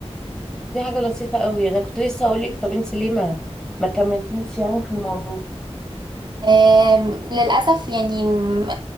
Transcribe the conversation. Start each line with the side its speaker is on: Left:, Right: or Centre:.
Centre: دي حاجة لطيفة قوي انا كنت لسه هقول لك طب انت ليه ما ما كملتيش يعني في الموضوع
Right: آم، للأسف يعني م-